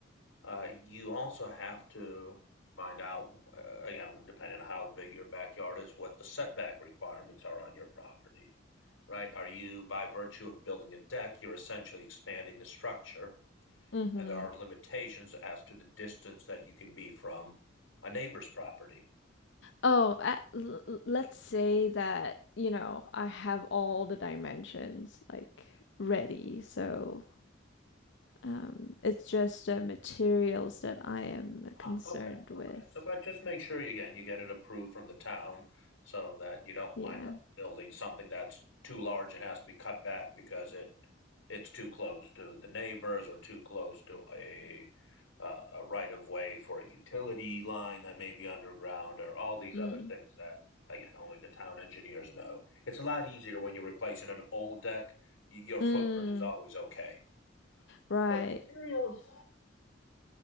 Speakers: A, on the left; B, on the left.
A: uh, you also have to find out, uh, again, depending on how big your backyard is, what the setback requirements are on your property, right? Are you, by virtue of building a deck, you're essentially expanding the structure,
B: Mm-hmm.
A: and there are limitations as to the distance that you can be from a neighbor's property.
B: Oh, uh, l l- let's say that, you know, I have all the dimensions like ready, so Um, it's just uh, materials that I am
A: Ah,
B: concerned
A: okay,
B: with.
A: okay. So, but just make sure you, again, you get it approved from the town so that you don't
B: Yeah.
A: wind up building something that's too large and has to be cut back because it, it's too close to the neighbors or too close to a, uh, a right of way for a utility line that may be underground or all these
B: Mm.
A: other things that, again, only the town engineers know. It's a lot easier when you're replacing an old deck. Y- Your footprint
B: Mm.
A: is always okay.
B: Right.
A: So materials,